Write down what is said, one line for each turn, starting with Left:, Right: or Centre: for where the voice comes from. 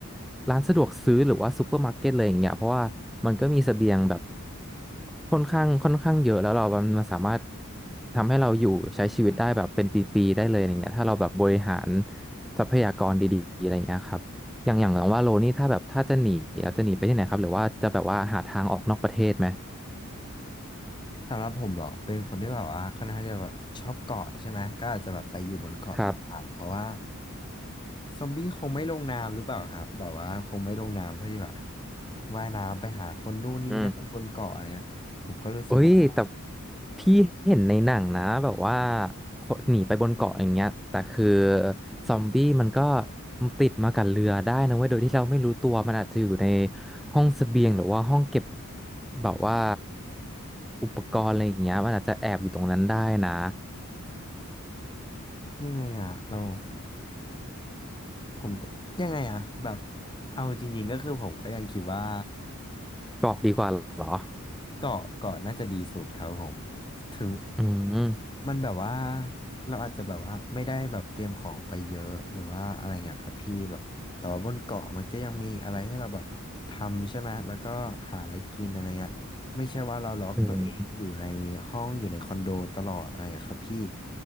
Centre: ร้านสะดวกซื้อหรือว่าซูเปอร์มาร์เก็ตเลยอย่างเงี้ยเพราะว่ามันก็มีเสบียงแบบค่อนข้างค่อนข้างเยอะแล้วเรามันมันสามารถทำให้เราอยู่ใช้ชีวิตได้แบบเป็นปีๆได้เลยอย่างเงี้ยถ้าเราแบบบริหารทรัพยากรดีๆอะไรอย่างเงี้ยครับอย่างอย่างอย่างว่าโลนี่ถ้าแบบถ้าจะหนีจะหนีไปที่ไหนครับหรือว่าจะแบบว่าหาทางออกนอกประเทศไหม
Left: สำหรับผมเหรอเป็นคนที่แบบว่าค่อนข้างที่จะแบบชอบเกาะใช่ไหมก็อาจจะแบบไปอยู่บนเกาะดีกว่าเพราะว่า
Centre: ครับ
Left: ซอมบี้คงไม่ลงน้ำหรือเปล่าครับแบบว่าคงไม่ลงน้ำเพื่อที่แบบว่ายน้ำไปหาคนนู่นนี่นั่นบนเกาะอะไรเงี้ยผมก็รู้สึกว่า
Centre: อืม เอ้ยแต่พี่เห็นในหนังนะแบบว่าคนหนีไปบนเกาะอย่างเงี้ยแต่คือซอมบี้มันก็ติดมากับเรือได้นะเว้ยโดยที่เราไม่รู้ตัวมันอาจจะอยู่ในห้องเสบียงหรือว่าห้องเก็บแบบว่าอุปกรณ์อะไรอย่างเงี้ยมันอาจจะแอบอยู่ตรงนั้นได้นะ
Left: ยังไงอ่ะเราผมก็ยังไงอ่ะแบบเอาจริงๆก็คือผมก็ยังคิดว่า
Centre: เกาะดีกว่าเหรอ
Left: เกาะเกาะน่าจะดีสุดครับผมถึง
Centre: อืม
Left: มันแบบว่าเราอาจจะแบบว่าไม่ได้แบบเตรียมของไปเยอะหรือว่าอะไรเงี้ยครับพี่แบบแต่ว่าบนเกาะมันก็ยังมีอะไรให้เราแบบทำใช่ไหมแล้วก็หาอะไรกินอะไรเงี้ยไม่ใช่ว่าเราล็อกตัวเองอยู่ในห้องอยู่ในคอนโดตลอดอะไรเงี้ยครับพี่
Centre: อืม